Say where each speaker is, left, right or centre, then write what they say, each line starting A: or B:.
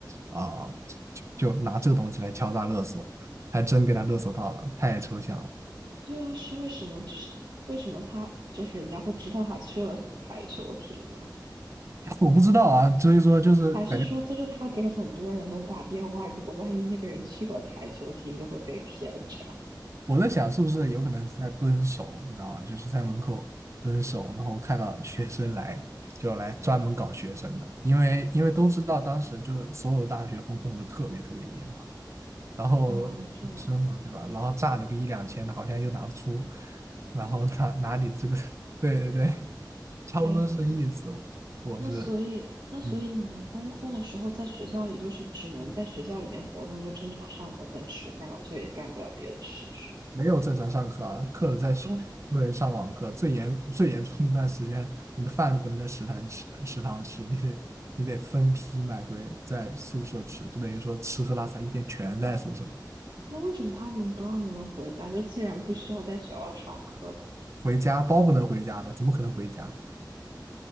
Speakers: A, on the right; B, on the right.
A: 啊、就就拿这个东西来敲诈勒索，还真给他勒索到了，太抽象了，
B: 对啊，是为什么？就是为什么他就是人家会知道他去了台球厅呢？
A: <laughs> 我不知道啊，所以说就是感觉
B: 还是说就是他给很多人都打电话，如果万一那个人去了台球厅，就会被骗这样
A: 我在想是不是有可能是在蹲守，你知道吗？就是在门口蹲守，然后看到学生来，就来专门搞学生的，因为因为都知道当时就所有大学风控的特别特别严嘛，然后学生嘛，
B: 啊？这样，
A: 对吧？然后炸你个一两千的，好像又拿得出，然后拿拿你的这个，<laughs> 对对对，<laughs> 差不多是这个意思，
B: 哎，
A: 我我是
B: 那所以那所以你们封控的时候，
A: 嗯
B: 在学校里就是只能在学校里面活动，就正常上课跟吃饭，就也干不了别的事，是吗？
A: 没有正常上课啊，课在学，
B: 啊，
A: 不能上网课。最严最严重那段时间，你的饭都不能在食堂吃，食堂吃，你得你得分批买回在宿舍吃，就等于说吃喝拉撒一天全在宿舍。
B: 那为什么他们不让你们回家？就既然不需要在学校上课了，
A: 回家包不能回家的，怎么可能回家？